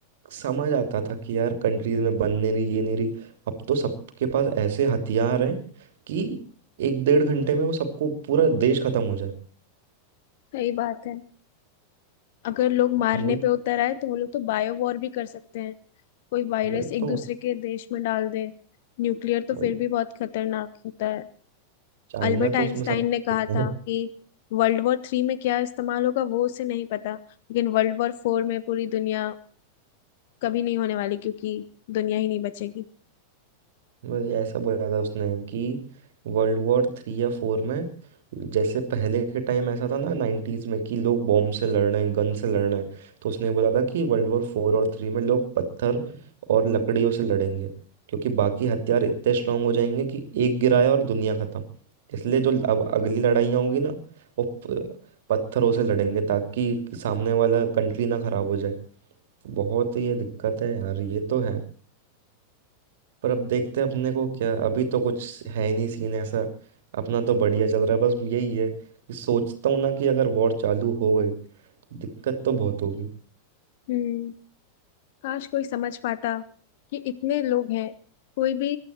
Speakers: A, on the right; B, on the left.
A: समझ आता था कि यार कंट्रीज में बन नहीं रही ये नहीं रही अब तो सबके पास ऐसे हथियार हैं कि एक डेढ़ घंटे में वो सबको पूरा देश खत्म हो जाए
B: सही बात है अगर लोग मारने
A: वो
B: पे उतर आए तो वो लोग तो बायो वॉर भी कर सकते हैं कोई वायरस
A: वही
B: एक
A: तो
B: दूसरे के देश में डाल दे न्यूक्लियर तो
A: वही
B: फिर भी बहुत खतरनाक होता है
A: चाइना
B: अल्बर्ट
A: तो
B: आइंस्टाइन
A: उसमें सब
B: ने कहा
A: <laughs>
B: था कि वर्ल्ड वॉर थ्री में क्या इस्तेमाल होगा वो उसे नहीं पता लेकिन वर्ल्ड वॉर फोर में पूरी दुनिया कभी नहीं होने वाली क्योंकि दुनिया ही नहीं बचेगी
A: बस ऐसा बोला था उसने कि वर्ल्ड वॉर थ्री या फोर में जैसे पहले के टाइम ऐसा था ना नाइन्टीज में कि लोग बॉम्ब से लड़ रहे हैं गन से लड़ रहे हैं तो उसने बोला था कि वर्ल्ड वॉर फोर और थ्री में लोग पत्थर और लकड़ियों से लड़ेंगे क्योंकि बाकी हथियार इतने स्ट्रांग हो जाएंगे कि एक गिराया और दुनिया खत्म इसलिए जो अब अगली लड़ाइयाँ होंगी ना वो प- पत्थरों से लड़ेंगे ताकि सामने वाला कंट्री ना खराब हो जाए बहुत ही ये दिक्कत है यार ये तो है पर अब देखते हैं अपने को क्या अभी तो कुछ है ही नहीं सीन ऐसा अपना तो बढ़िया चल रहा है बस यही है कि सोचता हूँ ना कि अगर वॉर चालू हो गई तो दिक्कत तो बहुत होगी
B: हम्म काश कोई समझ पाता कि इतने लोग हैं कोई भी